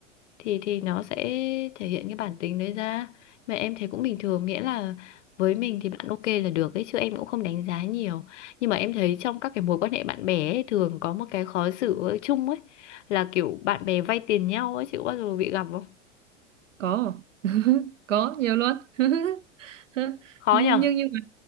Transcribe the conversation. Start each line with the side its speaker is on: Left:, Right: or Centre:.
Left: thì thì nó sẽ thể hiện cái bản tính đấy ra mà em thấy cũng bình thường miễn là với mình thì bạn ok là được ấy chứ em cũng không đánh giá nhiều nhưng mà em thấy trong các cái mối quan hệ bạn bè ấy, thường có một cái khó xử ở chung ấy là kiểu bạn bè vay tiền nhau ấy chị có bao giờ bị gặp không
Right: có <laughs> có nhiều luôn <laughs> <laughs>
Left: khó
Right: nhưng
Left: nhở
Right: nhưng nhưng mà